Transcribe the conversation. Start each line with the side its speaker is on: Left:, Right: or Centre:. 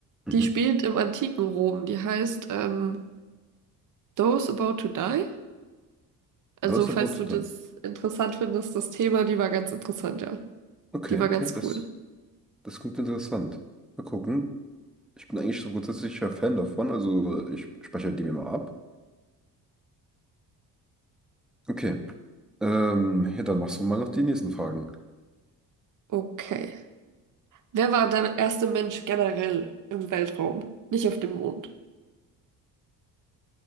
Centre: mhm.
Right: Die spielt im antiken Rom. Die heißt ähm, Those About to Die. Also,
Centre: Großer
Right: falls
Centre: Portugal.
Right: du das interessant findest, das Thema, die war ganz interessant, ja.
Centre: Okay,
Right: Die war
Centre: okay,
Right: ganz
Centre: das,
Right: cool.
Centre: das klingt interessant. Mal gucken. Ich bin eigentlich so grundsätzlicher Fan davon, also ich speichere die mir mal ab. Okay. Ähm, ja, dann machst du mal noch die nächsten Fragen.
Right: Okay. Wer war der erste Mensch generell im Weltraum? Nicht auf dem Mond.